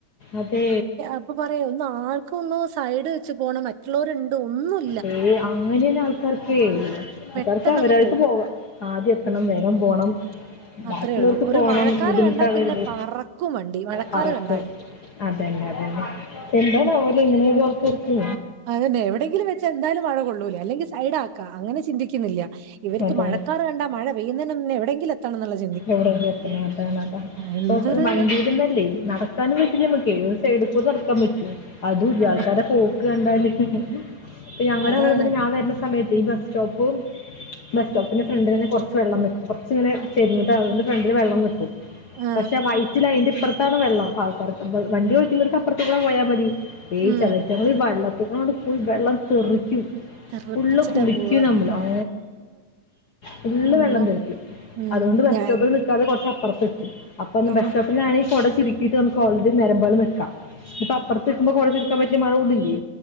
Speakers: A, on the left; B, on the right.
A: അതേ
B: അപ്പൊ പറയാ ഒന്ന് ആൾക്കൊന്ന് സൈഡ് വെച്ച് പോണം മറ്റുള്ളോരുണ്ട് ഒന്നുല്ല
A: ഏ അങ്ങനെയന്നെ ആൾക്കാർക്കെ ആക്കാർക്ക്
B: പെട്ടെന്നങ്ങ്
A: അവരവർക്ക്‌ പോവ ആദ്യത്തണം വേഗം പോണം
B: അത്രേ
A: ബാക്കിള്ളോര്ക്ക്
B: ഉള്ളൂ ഒരു
A: പോണം
B: മഴക്കാറ്
A: ബുദ്ധിമുട്ടാവരുത്
B: കണ്ടാ പിന്നെ പറക്കും വണ്ടി മഴക്കാറ്
A: മറക്കു
B: കണ്ടാല്
A: അതന്നെ അതന്നെ എന്താണാവോല്ലേ ഇങ്ങനെക്കേ ആൾക്കാർക്ക്
B: അതെന്നെ എവിടെങ്കിലും വെച്ചെന്തായാലും മഴ കൊള്ളൂലേ അല്ലെങ്കി സൈഡാക്ക അങ്ങനെ ചിന്തിക്കുന്നില്ല ഇവർക്ക്
A: അതാണ്
B: മഴക്കാറ് കണ്ട മഴെപെയ്യുന്നേന് മുന്നേ എവിടെങ്കിലും എത്തണം എന്നുള്ള ചി
A: എവിടങ്കിലും എത്തണോട്ത്ത്
B: എന്തൊരു
A: ഇപ്പൊ വണ്ടീലെന്നല്ലേ നട ക്കാനും പറ്റില്ല്യേമ്മക്കെയ് ഒര് സൈഡിക്കൂടെ നടക്കാൻ പറ്റോ അതൂല്യ
B: ആ
A: ആൾക്കാരെ പോക്ക് കണ്ടാല് ഇപ്പ ഞങ്ങടെവടെന്നെന്നെ
B: അതാണ്
A: ഞാൻ വര്ന സമയത്ത് ഈ ബസ്റ്റോപ്പും ബസ്റ്റോപ്പിന്റെ ഫ്രണ്ടിലെന്നെ കൊറച്ച് വെള്ളം നിക്കും കൊറച്ചി ഇങ്ങനെ ചെരിഞ്ഞിട്ട് അതുകൊണ്ട് ഫ്രണ്ടില് വെള്ളം നിക്കും
B: ആ
A: പഷെ വൈറ്റ് ലൈനിന്റെ ഇപ്പറത്ത് താണ് വെള്ളം ആള്ക്കാര്ക്ക്‌ വണ്ടി ഓടിക്കുന്നോര്ക്ക് അപ്പറത്തൂടാ പോയാ മതി ഈ
B: ഉം
A: ചെലോറ്റങ്ങളീ വെള്ളത്ത്ക്കാണ്ട് പോയി വെള്ളം തെറിക്കും
B: തെറിപ്പിച്ചിട്ടാ
A: ഫുള്ള് കുളിക്കും
B: പോവാ
A: നമ്മള് ആ ഫുള്ള്
B: അമ്മോ
A: വെള്ളം തെറിക്കും
B: ഉം
A: അതോണ്ട് ബസ്റ്റോപ്പിൽ
B: ഞാൻ
A: നിക്കാതെ കൊറച്ച് അപ്പറത്ത് നിക്കും അപ്പൊണ്ട്
B: ഓ
A: ബസ്റ്റോപ്പിലാണെ ഈ കൊട ചുരു ക്കീട്ട് നമുക്കോൾറെഡി നേരെമ്പോലെ നിക്ക ഇപ്പം അപ്പറത്ത് നിനിക്ക്ബോ കൊട ചുരുക്കാൻ പറ്റോ മഴ കൊള്ളില്ല്യേ